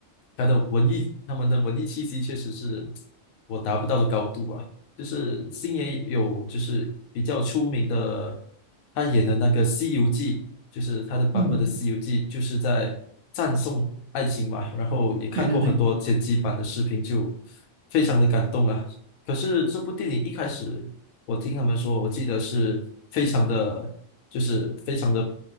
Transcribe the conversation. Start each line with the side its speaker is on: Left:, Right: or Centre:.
Left: 他的文艺，他们的文艺气息确实是我达不到的高度啊。就是星爷有就是比较出名的，他演的那个《西游记》，就是他的版本的《西游记》，
Right: 嗯，
Left: 就是在赞颂爱情嘛。然后也看过很多剪辑版的视频，
Right: 对对对。
Left: 就非常的感动啊。可是这部电影一开始，我听他们说，我记得是非常的，就是非常的